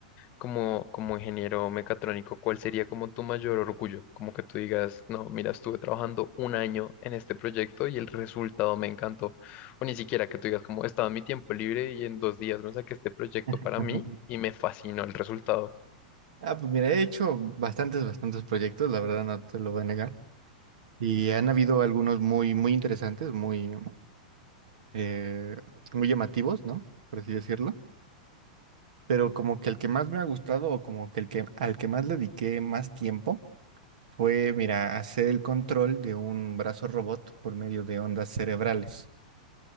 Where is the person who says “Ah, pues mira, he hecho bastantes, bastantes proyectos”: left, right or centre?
Right